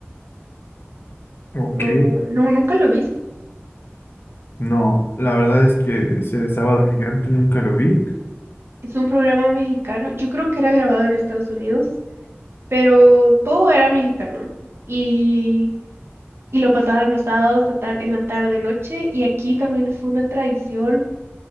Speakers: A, on the left; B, on the right.
A: ok,
B: No, no, nunca lo viste.
A: No, la verdad es que ese
B: No.
A: sábado gigante nunca lo vi.
B: Es un programa mexicano. Yo creo que era grabado en Estados Unidos, pero todo era mexicano. Y, y lo pasaban los sábados a tar- en la tarde noche. Y aquí también fue una tradición.